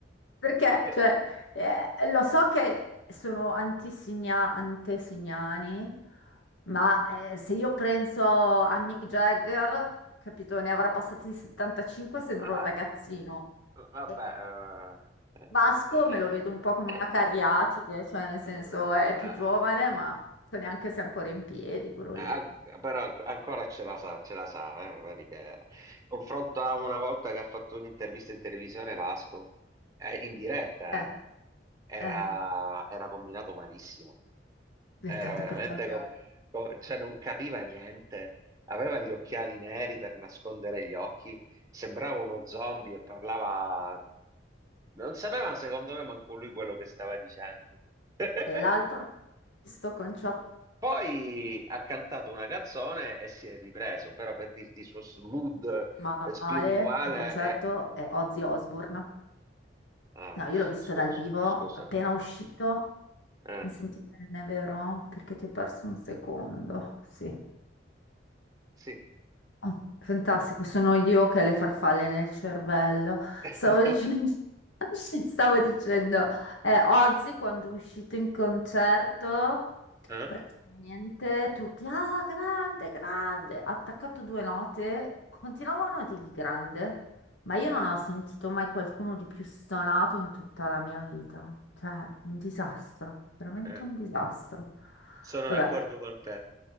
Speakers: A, on the left; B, on the right.
A: Perché,
B: Io-
A: cioè, eh, lo so che sono antisigna- antesignani, ma eh, se io penso a Mick Jagger, capito, ne avrà passati 75, sembra
B: Ah,
A: un ragazzino.
B: vabbè,
A: E
B: eh,
A: Vasco
B: eh,
A: me lo vedo un po' come
B: eh,
A: una cariatide, cioè nel senso
B: eh,
A: è più giovane, ma so neanche se è ancora in piedi quello
B: eh,
A: lì.
B: però anc- ancora ce la sa, ce la sa, eh, vedi che- confronto a una volta che ha fatto un'intervista in televisione Vasco, eh, in diretta,
A: Eh,
B: eh, era,
A: eh,
B: era combinato malissimo,
A: eh,
B: era
A: tanto
B: veramente,
A: per cambiare.
B: com- com- cioè non capiva niente, aveva gli occhiali neri per nascondere gli occhi, sembrava uno zombie e parlava Non sapeva, secondo me, manco lui quello che stava dicendo. <laughs>
A: Dell'altro, sto con Chop
B: Poi ha cantato una canzone e si è ripreso, però per dirti il suo mood
A: male,
B: eh, spirituale
A: in concerto,
B: è...
A: è Ozzy Osbourne.
B: Ah,
A: No, io l'ho visto
B: scu-
A: dal vivo,
B: scu- scusa.
A: appena uscito.
B: Ah, eh,
A: Mi senti bene, vero? Perché ti ho perso un secondo. Sì.
B: sì.
A: Oh, Fantastico, sono io che ho le farfalle nel cervello.
B: <laughs>
A: Stavo dicendo, <laughs> stavo dicendo, eh, oggi quando è uscito in concerto,
B: Eh?
A: praticamente tutti, ah, grande, grande, ha attaccato due note, continuavano a dirgli grande, ma io non ho sentito mai qualcuno di più stonato in tutta la mia vita. Cioè, un disastro, veramente
B: Eh,
A: un disastro.
B: Sono
A: Vabbè.
B: d'accordo con te.